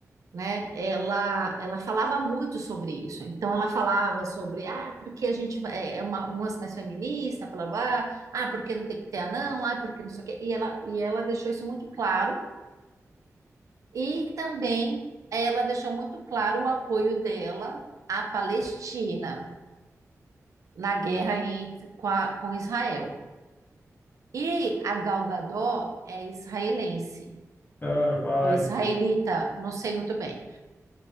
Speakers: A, on the right (about 65°); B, on the left (about 35°).
A: né? Ela, ela falava muito sobre isso. Então, ela falava sobre, ah, porque a gente vai- é é uma, um lance mais feminista, blá, blá, blá. ah, porque não tem que ter anão, ah, porque não sei o quê. E ela, e ela deixou isso muito claro. E também ela deixou muito claro o apoio dela à Palestina na guerra entre, com, a- com Israel. E a Gal Gadot é israelense,
B: Ah, meu pai.
A: ou israelita, não sei muito bem.